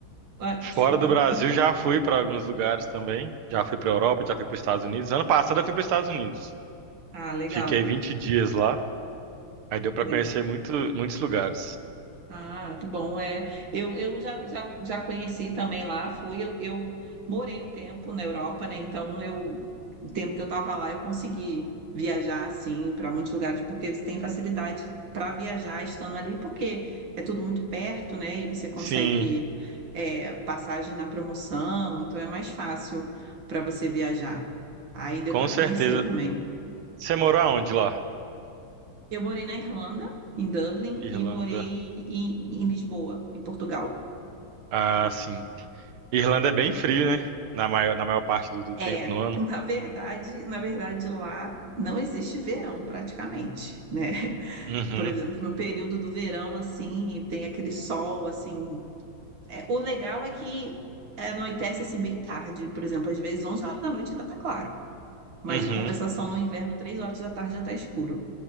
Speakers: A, on the right; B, on the right.
A: Ah, desculpa.
B: Fora do Brasil, já fui pra alguns lugares também. Já fui pra Europa, já fui para Estados Unidos. Ano passado eu fui para Estados Unidos.
A: Ah, legal,
B: Fiquei 20 dias lá. Aí deu pra
A: legal.
B: conhecer muito, muitos lugares.
A: Ah, muito bom, é. Eu, eu já, já, já conheci também lá, fui, eu, eu morei um tempo na Europa, né? Então eu, o tempo que eu estava lá, eu consegui viajar assim para muitos lugares, porque você tem facilidade para viajar estando ali, porque é tudo muito perto, né? E você consegue
B: Sim,
A: é, passagem na promoção, então é mais fácil para você viajar. Aí deu
B: com
A: para
B: certeza.
A: conhecer também.
B: Você morou aonde lá?
A: Eu morei na Irlanda, em Dublin,
B: Irlanda.
A: e morei em, em Lisboa, em Portugal.
B: Ah,
A: Então,
B: sim. Irlanda é bem frio, né? Na maior, na maior parte do, do
A: É,
B: tempo no ano.
A: <laughs> na verdade, na verdade lá não existe verão praticamente, né? <laughs>
B: Uhum,
A: Por exemplo, no período do verão assim, tem aquele sol assim, é, o legal é que é, anoitece assim bem tarde, por exemplo, às vezes 11 horas da noite ainda tá claro, mas
B: uhum.
A: em compensação no inverno 3 horas da tarde já tá escuro.